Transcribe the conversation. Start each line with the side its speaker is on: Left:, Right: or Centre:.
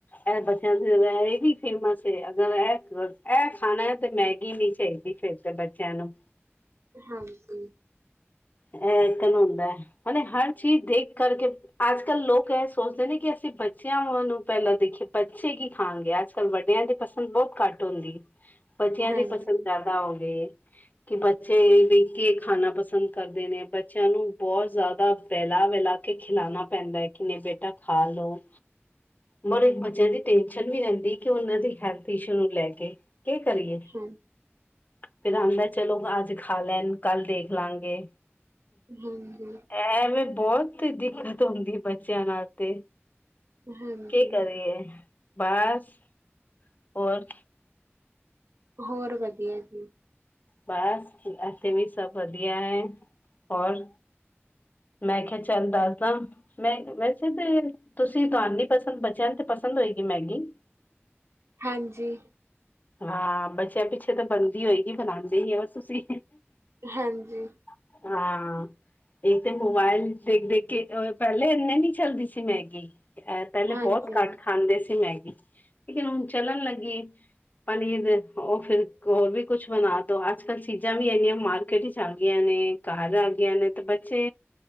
Left: ਐਹ ਬੱਚਿਆਂ ਦੀ ਇਹ ਵੀ ਫੇਮਸ ਅਗਰ ਐਹ ਐਹ ਖਾਣਾ ਹੈ ਤੇ ਮੈਗੀ ਨੀ ਚਾਹੀਦੀ ਫੇਰ ਤੇ ਬੱਚਿਆਂ ਨੂੰ
Right: ਹਾਂਜੀ
Left: ਐ ਏਕਨ ਹੁੰਦਾ ਮਤਲਬ ਹਰ ਚੀਜ਼ ਦੇਖ ਕਰਕੇ ਅੱਜ ਕੱਲ੍ਹ ਲੋਕ ਐਹ ਸੋਚਦੇ ਨੇ ਕਿ ਅਸੀਂ ਬੱਚਿਆਂ ਨੂੰ ਪਹਿਲਾਂ ਦੇਖੀਏ ਬੱਚੇ ਕੀ ਖਾਣਗੇ ਅੱਜ ਕੱਲ੍ਹ ਵੱ ਮਿਆਂ ਦੀ ਪਸੰਦ ਬਹੁਤ ਘੱਟ ਹੁੰਦੀ ਬੱਚਿਆਂ
Right: ਹਾਂਜੀ,
Left: ਦੀ ਪਸੰਦ ਜਿਆਦਾ ਹੋ ਗਈ ਏ ਕਿ ਬੱਚੇ ਕੀ ਖਾਣਾ ਪਸੰਦ ਕਰਦੇ ਨੇ ਬੱਚਿਆਂ ਨੂੰ ਬਹੁਤ ਜ਼ਿਆਦਾ ਵੈਲਾ ਵੈਲਾ ਕੇ ਖਿਲਾਣਾ ਪੈਂਦਾ ਕਿ ਨਹੀਂ ਬੇਟਾ ਖਾ ਲਓ
Right: <inaudible>
Left: ਮਰ ਇੱਕ ਬੱਚਿਆਂ ਦੀ ਟੈਨਸ਼ਨ ਨੀ ਰਹਿੰਦੀ ਕਿ ਉਹਨਾਂ ਦੀ ਹੈਲਥ ਇਸ਼ੂ ਨੂੰ ਲੈ ਕੇ ਕੇ ਕਰੀਏ
Right: ਹਾਂਜੀ,
Left: ਫੇਰ ਆਉਂਦਾ ਚਲੋ ਅੱਜ ਖਾ ਲੈਣ ਕੱਲ ਦੇਖ ਲਾਂਗੇ
Right: ਹਮ ਹਮ
Left: ਐਵੇਂ ਬਹੁਤ ਦਿੱਕਤ ਹੁੰਦੀ ਬੱਚਿਆਂ ਨਾਲ ਤੇ
Right: ਹਾਂਜੀ।
Left: ਕੀ ਕਰੀਏ ਬਸ ਹੋਰ
Right: ਹੋਰ ਵਧੀਆ ਜੀ
Left: ਬਸ ਇਥੇ ਵੀ ਸਭ ਵਧੀਆ ਹੈ ਹੋਰ ਮੈਂ ਕਿਆ ਚੱਲ ਦੱਸਦਾ ਮੈਂ ਵੈਸੇ ਤੇ ਤੁਸੀਂ ਦਾਨੀ ਪਸੰਦ ਬੱਚਿਆਂ ਨੂੰ ਤੇ ਪਸੰਦ ਹੋਏਗੀ ਮੈਗੀ
Right: ਹਾਂਜੀ
Left: ਹਾਂ ਬੱਚਿਆਂ ਪਿੱਛੇ ਤੇ ਬਣਦੀ ਹੋਏਗੀ ਬਣਾਉਂਦੇ ਹੋ ਤੁਸੀਂ
Right: ਹਾਂਜੀ
Left: ਹਾਂ ਇਕ ਤੇ ਮੋਬਾਇਲ ਦੇਖ ਦੇਖ ਕੇ ਪਹਿਲੇ ਇੰਨੇ ਨਹੀਂ ਚੱਲਦੀ ਸੀ ਮੈਗੀ ਐਹ ਪਹਿਲੇ
Right: ਹਾਂਜੀ।
Left: ਬਹੁਤ ਘੱਟ ਖਾਂਦੇ ਸੀ ਮੈਗੀ ਲੇਕਿਨ ਹੁਣ ਚੱਲਣ ਲੱਗੀ ਪਨੀਰ ਉਹ ਫੇਰ ਹੋਰ ਵੀ ਕੁਛ ਬਣਾ ਦੋ ਅੱਜ ਕੱਲ ਚੀਜ਼ਾਂ ਵੀ ਇੰਨੀਆਂ ਮਾਰਕੀਟ 'ਚ ਆ ਗਈਆਂ ਨੇ ਘਰ ਆ ਗਈਆ ਨੇ ਤੇ ਬੱਚੇ